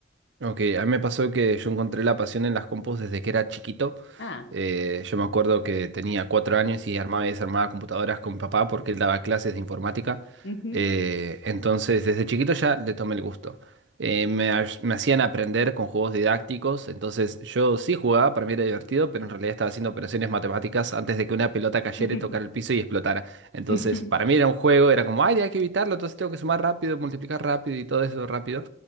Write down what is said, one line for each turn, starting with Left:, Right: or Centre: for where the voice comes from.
Right: Ok, a mí me pasó que yo encontré la pasión en las compus desde que era chiquito.
Left: Ah,
Right: Eh, yo me acuerdo que tenía cuatro años y armaba y desarmaba computadoras con mi papá porque él daba clases de informática.
Left: ujú.
Right: Eh, entonces, desde chiquito ya le tomé el gusto. Eh, me, ha- me hacían aprender con juegos didácticos, entonces yo sí jugaba, para mí era divertido, pero en realidad estaba haciendo operaciones matemáticas antes de que una pelota cayera
Left: <laughs>
Right: y tocara el piso y explotara. Entonces,
Left: Ujú,
Right: para mí era un juego, era como, ay, hay que evitarlo, entonces tengo que sumar rápido, multiplicar rápido y todo eso rápido.